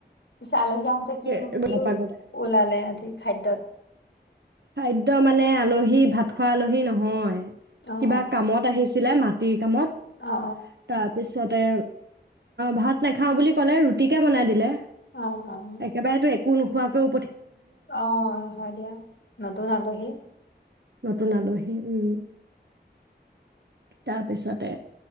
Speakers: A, on the left; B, on the right.
A: পিছে আলহী আহোতে
B: আজি
A: কি, কি
B: নপাগতে
A: ওলালে আজি খাদ্যত
B: খাদ্য মানে, আলহী ভাত খোৱা আলহী নহয়
A: অ
B: কিবা
A: অ
B: কামত আহিছে ছিলে মাটি <unintelligible> মত
A: অ
B: তাৰপিছত সিহঁতে, ভাত নাখাওঁ বুলি ক'লে ৰুটিকে বনাই দিলে
A: অ অ অ
B: একেবাৰেতো এক একো নখোৱাকেও
A: অ হয় দিয়া নতুন আলহী
B: নতুন আলহী উম উম তাৰপিছতে,